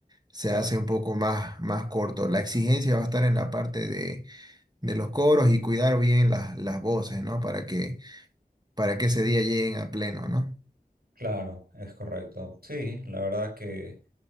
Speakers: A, on the right; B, on the right.
A: se
B: Claro,
A: hace un poco más, más corto. La exigencia va a estar en la parte de, de los coros y cuidar bien las, las voces, ¿no? Para que, para que ese día lleguen a pleno, ¿no?
B: claro, es correcto. Sí, la verdad que...